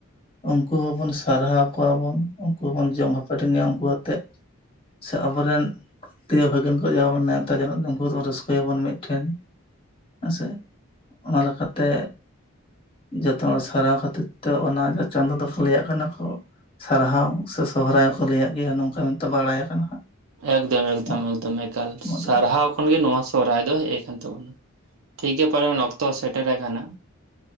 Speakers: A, on the left; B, on the right.
A: ᱩᱱᱠᱩ ᱦᱚᱸᱵᱚᱱ ᱥᱟᱨᱦᱟᱣ ᱠᱚᱣᱟᱵᱩᱱ ᱩᱱᱠᱩ ᱦᱚᱵᱚᱱ ᱡᱚᱢ ᱦᱟᱯᱟᱴᱤᱝᱼᱟ ᱩᱱᱠᱩ ᱟᱛᱮᱜ ᱥᱮ ᱟᱵᱚᱨᱮᱱ ᱫᱮᱣ ᱵᱷᱟᱹᱜᱟᱹᱱ ᱠᱚ ᱡᱟᱣ ᱵᱚᱱ ᱱᱮᱣᱛᱟ ᱡᱮᱱᱚ ᱩᱱᱠᱩ ᱨᱟᱹᱥᱠᱟᱹᱭᱟᱵᱚᱱ ᱢᱤᱫ ᱴᱷᱮᱱ ᱦᱮᱸᱥᱮ ᱚᱱᱟ ᱞᱮᱠᱟᱛᱮ ᱡᱚᱛᱼᱼ ᱚᱻ ᱥᱟᱨᱟᱣ ᱠᱷᱟᱹᱛᱤᱨ ᱛᱮ ᱚᱱᱟ ᱡᱟᱦᱟᱸ ᱪᱟᱸᱫᱳ ᱫᱚᱠᱚ ᱞᱟᱹᱭᱟᱜ ᱠᱟᱱᱟ ᱠᱚ ᱥᱟᱨᱦᱟᱣ ᱥᱮ ᱥᱚᱦᱨᱟᱭ ᱦᱚᱸᱠᱚ ᱞᱟᱹᱭᱟᱜ ᱜᱮᱭᱟ ᱱᱚᱝᱠᱟ ᱢᱮᱱᱛᱮ ᱵᱟᱲᱟᱭ ᱠᱟᱱᱟ ᱦᱟᱸᱜ
B: ᱮᱠᱫᱚᱢ ᱮᱠᱫᱚᱢ
A: ᱢᱟ
B: ᱮᱠᱫᱚᱢ ᱮᱠᱟᱞ
A: ᱢᱟ
B: ᱥᱟᱨᱦᱟᱣ
A: ᱛᱚᱵᱮ
B: ᱠᱷᱚᱱᱜᱮ ᱱᱚᱣᱟ ᱥᱚᱨᱦᱨᱟᱭ ᱫᱚ ᱦᱮᱡ ᱠᱟᱱ ᱛᱟᱵᱚᱱᱟ ᱴᱷᱤᱠ ᱜᱮ ᱯᱟᱞᱮᱱ ᱚᱠᱛᱚ ᱥᱮᱴᱮᱨ ᱟᱠᱟᱱᱟ